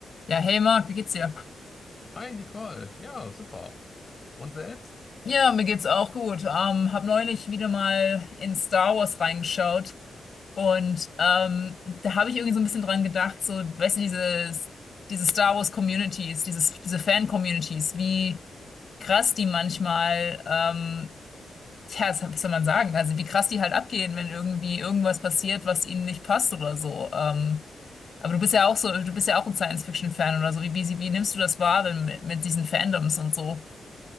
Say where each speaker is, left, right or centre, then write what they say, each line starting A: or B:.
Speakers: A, on the left; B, on the left.
A: Ja, hey Marc, wie geht's dir?
B: Hi Nicole, ja, super. Und selbst?
A: Ja, mir geht's auch gut. Ähm, hab neulich wieder mal in Star Wars reingeschaut und ähm, da habe ich irgendwie so ein bisschen dran gedacht, so, weißt du, dieses, diese Star Wars Communities, dieses, diese Fan-Communities, wie krass die manchmal, ähm, ja, was was soll man sagen, also wie krass die halt abgehen, wenn irgendwie irgendwas passiert, was ihnen nicht passt oder so. Ähm, aber du bist ja auch so, du bist ja auch ein Science-Fiction-Fan oder so. Wie, wie, wie nimmst du das wahr, wenn, mit, mit diesen Fandoms und so?